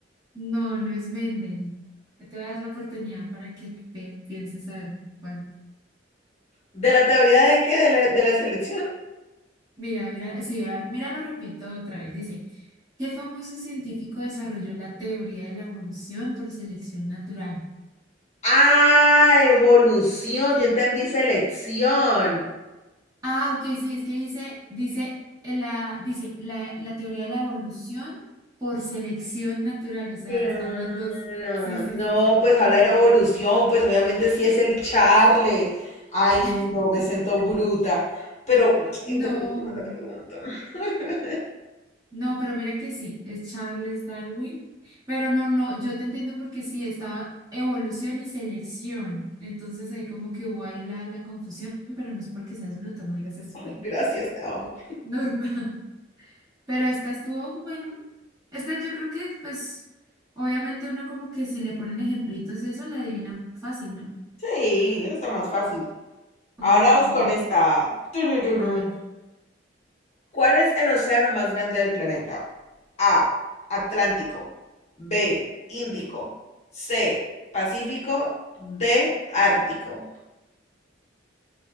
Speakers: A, on the right (about 20°); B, on the left (about 35°).
A: No, no es Mendel. Te voy a dar la oportunidad para que te pienses a ver cuál.
B: ¿De la teoría de qué? ¿De la, de la selección?
A: Mira, mira, sí, al- mira, lo repito otra vez. Dice, ¿qué famoso científico desarrolló la teoría de la evolución por selección natural?
B: Ah, evolución, yo entendí selección.
A: Ah, ok, sí, es que dice, dice, eh, la, dice la, la teoría de la evolución por selección natural, o sea,
B: Claro,
A: están las dos. Sí, sí,
B: no,
A: sí,
B: pues
A: ahí confundí.
B: habla de la evolución, pues obviamente sí es el Charles. Ay,
A: <laughs>
B: no, me siento bruta. Pero <tsk>
A: No.
B: interpreté mal la pregunta. <laughs>
A: No, pero mira que sí, es Charles Darwin. Pero no, no, yo te entiendo porque sí, estaba evolución y selección. Entonces ahí como que hubo ahí la, la confusión, pero no es porque seas bruta, no digas eso.
B: Ay,
A: <laughs>
B: gracias, te amo.
A: Normal. Pero esta estuvo, bueno, esta yo creo que pues obviamente uno como que si le ponen ejemplitos eso, la adivina fácil, ¿no?
B: Sí, está más fácil.
A: Como
B: Ahora
A: lo
B: vamos
A: común.
B: con esta. Turururum.
A: A ver,
B: ¿Cuál es el océano más grande del planeta? A. Atlántico. B. Índico. C. Pacífico. D. Ártico.